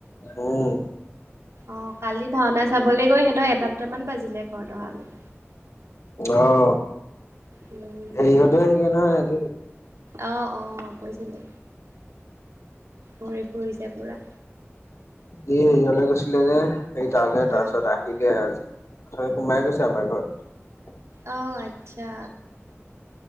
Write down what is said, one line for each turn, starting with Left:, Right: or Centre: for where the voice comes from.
Left: উম,
Right: অ কালি ভাওনা চাবলৈ গৈ সিহঁত এটা দুটামান বাজিলে ঘৰত অহা লৈ।
Left: আহ।
Right: উম।
Left: ইহঁতো আহছিলে নহয় সিহঁতেটো।
Right: আহ অ কৈছিলে। ঘোৰি ফুৰিছে পুৰা।
Left: ই হেৰিয়লে গৈছিলে যে সেই তালে
Right: অ',
Left: তাৰ পিছত আহিলে আজি। ত সোমাই গৈছে আমাৰ ঘৰত।
Right: অ আচ্ছা।